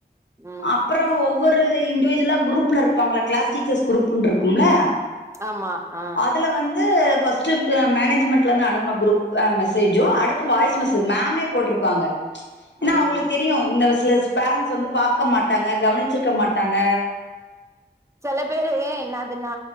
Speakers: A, on the right; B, on the left.
A: ம்
B: அப்பறோ ஒவ்வொரு இண்டிஜுவலா குரூப்ல இருப்பாங்கல்ல க்ளாஸ் டீச்சர்ஸ் குரூப்னு டுருக்கும்ல
A: ஆமா ஆ
B: அதுல வந்து ஃபர்ஸ்ட் மேனேஜ்மெண்ட்ல இருந்து அனுப்பன குரூப் மெசேஜு அடுத்து வாய்ஸ் மெசேஜ் மேமே போட்ருப்பாங்க ஏன்னா
A: ம்
B: அவங்களுக்கு
A: ம்
B: தெரியு இந்த சில பேரண்ட்ஸ் வந்து பாக்க மாட்டாங்க கவனிச்சிருக்க மாட்டாங்க
A: செல பேரு என்னதுன்னா